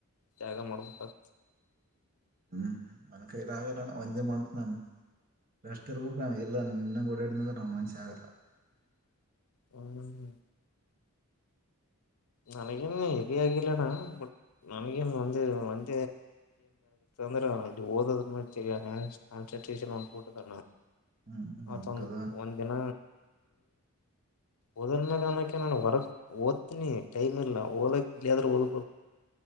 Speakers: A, on the left; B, on the right.
A: ತ್ಯಾಗ ಮಾಡ್ಬೇಕ
B: ಹ್ಮ್ ನನ ಕೈರಾಗಲ್ಲಣ ಒಂದೆ ಮಾಡ್ತ ನಾನು ರಾಷ್ಟ್ರೀಯ ಬುಕ್್ರಾಮಲ್ಲ ಎ ಕೂಡ ಇಡ ರೊಮನ್ ಶಾಾಗರ
A: ಹ್ಮ್ಮ ನನಗೆ ಎವ ಆಗಿಲ್ಲ ನ ಬಟ್ ನನಗೆಡ ಕ ಂದ್ರದು ೋದ ಕನ್ಸೆಂಟ್ರಷನ್ಬಿಟ್ಟ
B: ಹ್ಮ್
A: ಹ
B: ಹೊಂಟದ
A: ತ ಒಂದು ಒಂದ ದಿನ ಓದರ್ಮಾಗಣಕ್ಕೆ ನಾನು ವರಕ್ ಓದ್ತೀನಿ ೈಮ ಇಲ್ಲ ಓದ ಇಲ್ಲಾದ್ರೂ ಓದ